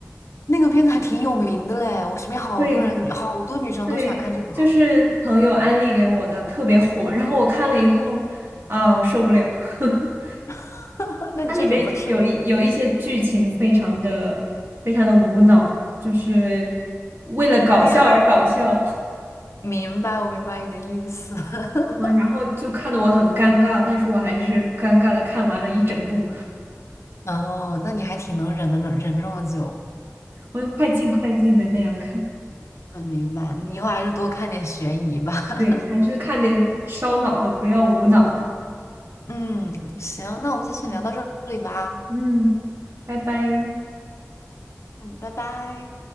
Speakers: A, on the left; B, on the right.
A: 那个片子还挺有名的嘞，我身边好多人，
B: 对
A: 好多女生都喜欢看这个。
B: 对，就是朋友安利给我的，特别火。然后我看了以后，啊，我受不了。<laughs>
A: <laughs> 那你确实不适合这种类型，
B: 它里面有一有一些剧情非常的非常的无脑，就是为了搞笑而搞笑，
A: 恋爱。
B: <laughs>
A: 明白，我明白你的意思。<laughs>
B: 嗯，然后就看得我很尴尬，但是我还是尴尬的看完了一整部，
A: 哦，那你还挺能忍的，能忍这么久。
B: 我就快进快进的那样看。
A: 嗯，明白。你以后还是多看点悬疑吧。<laughs>
B: 对，还是看点烧脑的，不要无脑了。
A: 嗯，行，那我们就先聊到这里吧。
B: 嗯嗯，拜拜。
A: 嗯，拜拜。